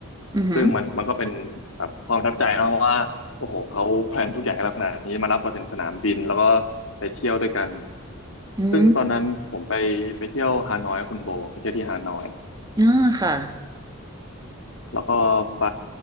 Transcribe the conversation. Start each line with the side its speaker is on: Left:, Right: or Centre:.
Right: อือหือ
Left: ซึ่งมันมันก็เป็นแบบความประทับใจเนอะเพราะว่า โอ้โหเขาแพลนทุกอย่างให้เราขนาดนี้มารับเราถึงสนามบินแล้วก็ไปเที่ยวด้วยกัน
Right: อืม
Left: ซึ่งตอนนั้นผมไปไปเที่ยวฮานอยกับคุณโบไปเที่ยวที่ฮานอย
Right: อ่าค่ะ
Left: แล้วก็ไป